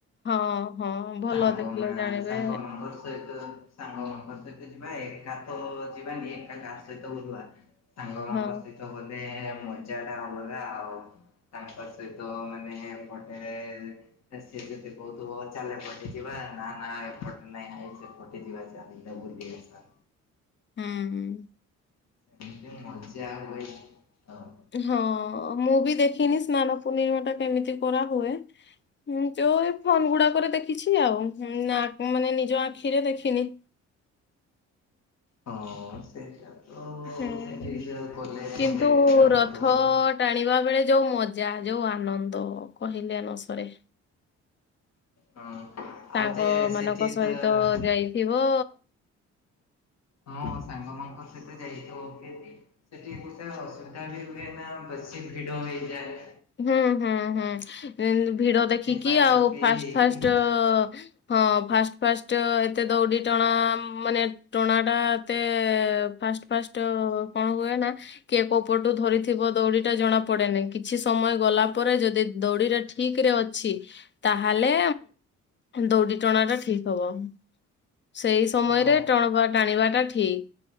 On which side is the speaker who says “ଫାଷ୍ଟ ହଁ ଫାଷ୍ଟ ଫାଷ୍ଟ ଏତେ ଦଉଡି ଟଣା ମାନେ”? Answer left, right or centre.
Left